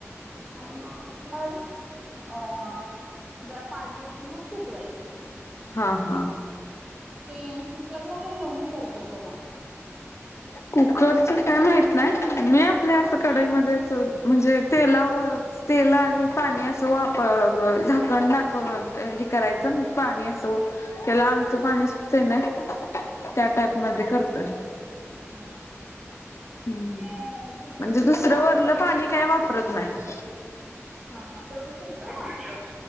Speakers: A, on the right; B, on the left.
A: आणि मग नंतर अ जरा पाणी वचून मग शिजवायचं
B: हा हा
A: ते कुकरला पण लवन करतात. बघा
B: कुकरच काय माहित नाही. मी आपल्या
A: म्हणजे
B: असं
A: हा
B: कढाईमध्येच म्हणजे तेलावर तेला आणि पाणी असं वापर झाकण टाकव हे करायचं मग पाणी असं त्याला अंगच पाणी सुटत ना त्या टाईप म करतोय.
A: हा हा
B: हम्म
A: म कुकर
B: म्हणजे
A: म्ह
B: दुसरं
A: कस आपण
B: वरलं पाणी काय वापरत नाही
A: <inaudible> हा हा तेवढ्यात शिजतय.